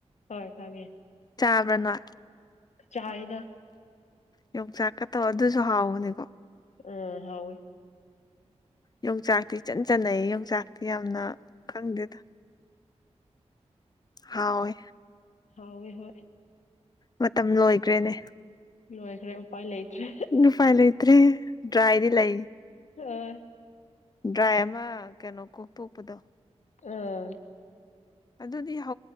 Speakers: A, on the left; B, on the left.
A: ꯍꯣꯏ ꯈꯪꯉꯦ
B: ꯆꯥꯕꯔꯅꯠ
A: ꯆꯥꯗ
B: ꯌ ꯆꯀ ꯇ ꯑꯣ ꯑꯗꯨꯁꯨ ꯍꯥꯎꯅꯤꯒꯣ
A: ꯎꯝ ꯍꯥꯎ
B: ꯌꯣꯡꯆꯥꯛꯇꯤ ꯏꯆꯟ ꯆꯅꯩ ꯌꯣꯡꯆꯥꯛꯇꯤ ꯌꯥꯝꯅ ꯈꯪꯗꯦꯗ ꯍꯣꯏ
A: ꯍꯥꯎꯋꯦ ꯍꯣꯏ
B: ꯃꯇꯝ ꯂꯣꯏꯈ꯭ꯔꯦꯅꯦ
A: ꯂꯣꯏꯈ꯭ꯔꯦ ꯎꯄꯥꯏ ꯂꯩꯇ꯭ꯔꯦ
B: ꯎ ꯐꯥꯏ ꯂꯩꯇ꯭ꯔꯦ ꯗ꯭ꯔꯥꯏꯗꯤ ꯂꯩ
A: ꯑ <unintelligible> <inaudible>
B: ꯗ꯭ꯔꯥꯏ ꯑꯃ ꯀꯩꯅꯣ ꯀꯣꯛꯇꯣꯛꯄꯗꯣ
A: ꯑꯥ <unintelligible> <inaudible>
B: ꯑꯗꯨꯗꯤ